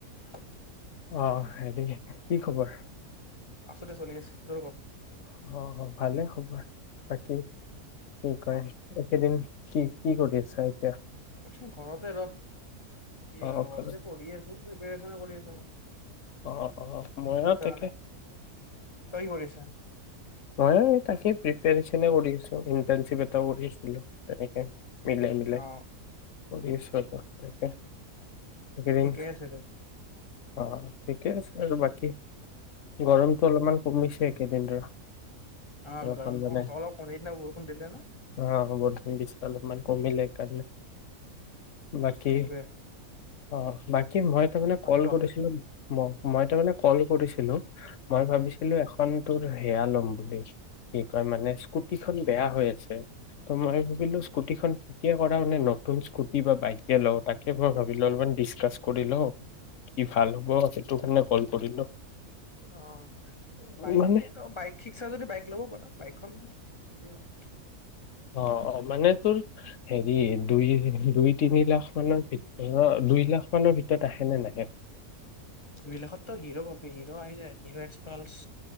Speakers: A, on the left; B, on the left.
A: হ।
B: আহ হেৰি কি খবৰ?
A: আছো দে চলি আছে তোৰ ক
B: অহ অহ ভালে খবৰ। বাকী? কি কই,
A: অ
B: একেদিন কি, কি কৰি আছে? চাহিত্য <unintelligible>
A: চোন ঘৰতে ৰ, কি
B: অ
A: আৰু
B: ঘৰত।
A: ঘৰতে পঢ়ি আছোঁ। প্ৰিপাৰেচনো কৰি আছো,
B: অ অ মইয়ো
A: পৰীক্ষাৰ
B: তাকে
A: কাৰণে, তই কি কৰি আছ?
B: হয় তাকেই। প্ৰিপাৰেচনে কৰি আছোঁ। ইন্টাৰনশিপ এটাও কৰি আছিলোঁ। <unintelligible> তেনেকে মিলাই মিলাই
A: অ
B: কৰি আছোঁ আৰু তাকেই এইকেইদিন
A: ঠিকে আছে দে
B: অ ঠিকেই অ্ আৰু বাকী
A: অ
B: গৰমতটো অলপমান কমিছে একেদিন, ৰ।
A: অ
B: অলপমান
A: গৰমটো
B: মানে
A: অলপ, ‌ অ' সেইদিনা বৰষুণ দিলে ন?
B: অ বৰষুণ
A: <unintelligible>
B: দিছে অলপমান কমিলে সেইকাৰণে। বাকী
A: সেইটোয়ে
B: অ, বাকী মই তাৰ মানে।
A: বাকী
B: কল
A: ক
B: কৰিছিলোঁ মই। মই তাৰমানানে ক'ল কৰিছিলো। মই ভাবিছিলো
A: উম
B: এখন তোৰ সেয়া ল'ম বুলি, কি কয় মানে, স্কুটি খন বেয়া হৈ আছে, ‌ ত মই ভাবিলো স্কুটি খন থিকে কৰা মানে নতুন স্কুটি বা বাইকে লও। তাকে মই ভাবিলো অলপমান ডিছকাচ কৰি‌ লও। <unintelligible> হ'ব সেইটো কাৰণে কল কৰিলোঁ।
A: অ বাইকে,
B: মানে
A: বাইক শিক্সা যদি বাইক ল'ব পাৰা। বাইকখন <unintelligible>
B: অ অ মানে তোৰ হেৰি দুই দুই তিনি লাখ মানৰ ভিতৰত দুই লাখ মানৰ ভিতৰত তত আহেনে নাই?
A: বিলাকত তো হিৰ' পাবি। আহি যায়, হিৰ এক্স পালচ,